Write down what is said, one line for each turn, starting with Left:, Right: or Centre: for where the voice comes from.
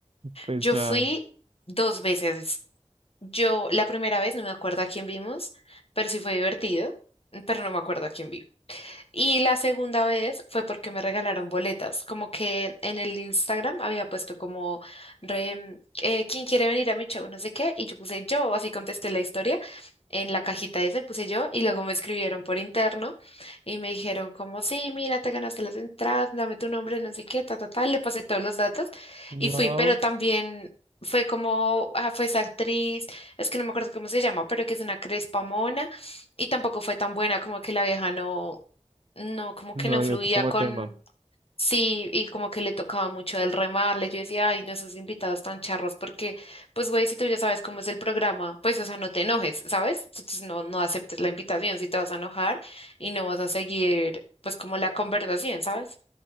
Right: pues
Left: Yo
Right: nada.
Left: fui dos veces. Yo la primera vez no me acuerdo a quién vimos, pero sí fue divertido, pero no me acuerdo a quién vimos. Y la segunda vez fue porque me regalaron boletas, como que en el Instagram había puesto como, re, eh, ¿quién quiere venir a mi show? No sé qué, y yo puse yo, así contesté la historia en la cajita esa, puse yo, y luego me escribieron por interno y me dijeron como, sí, mira, te ganaste las entradas, dame tu nombre, no sé qué, ta, ta, ta, y le pasé todos los datos
Right: Wow,
Left: y fui, pero también... Fue como, ah, fue esa actriz, es que no me acuerdo cómo se llama, pero que es una crespa mona y tampoco fue tan buena como que la vieja no, no, como
Right: no
Left: que no
Right: dio
Left: fluía
Right: tú como
Left: con,
Right: tema.
Left: sí, y como que le tocaba mucho el remarle. Yo decía, ay, no, esos invitados tan charros, porque, pues, güey, si tú ya sabes cómo es el programa, pues, o sea, no te enojes, ¿sabes? Entonces no, no aceptes la invitación si te vas a enojar y no vas a seguir, pues, como la conversación, ¿sabes?